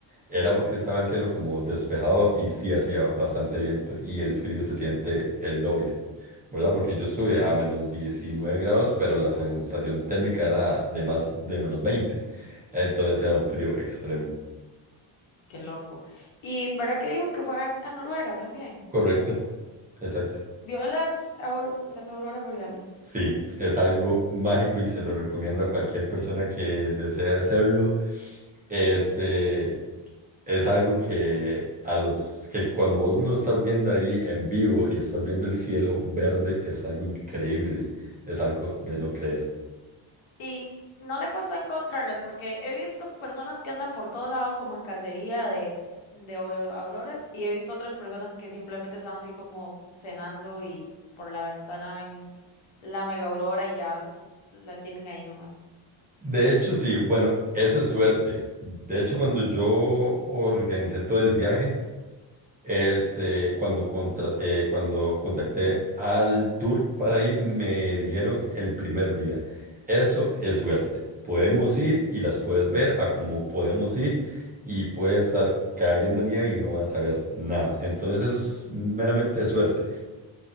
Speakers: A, on the right (about 15°); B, on the left (about 75°).
A: era porque estaba el cielo como despejado y sí hacía bastante viento y el frío se siente el doble, ¿verdad? Porque yo estuve a menos 19 grados, pero la
B: wow,
A: sensación térmica era de más de menos veinte, Entonces era un frío extremo.
B: qué loco. ¿Y verdad que dijo que fue a, a Noruega también?
A: Correcto, exacto.
B: ¿Vio las, aur- las auroras boreales?
A: Sí, es algo mágico y se lo recomiendo a cualquier persona que desea hacerlo. Este, es algo que a los que cuando vos lo estás viendo ahí en vivo y estás viendo el cielo verde es algo increíble, es algo de no creer.
B: Y no le costó encontrarlas porque he visto personas que andan por todo lado como en cacería de, de au- auroras y he visto otras personas que simplemente están así como cenando y por la ventana ven la mega aurora y ya la tienen ahí nomás.
A: De hecho, sí, bueno, eso es suerte. De hecho, cuando yo organicé todo el viaje, Este, cuando, contra- eh, cuando contacté al tour para ir, me dijeron el primer día, eso es suerte, podemos ir y las puedes ver a como podemos ir y puede estar cayendo nieve y no vas a ver nada. Entonces eso es meramente suerte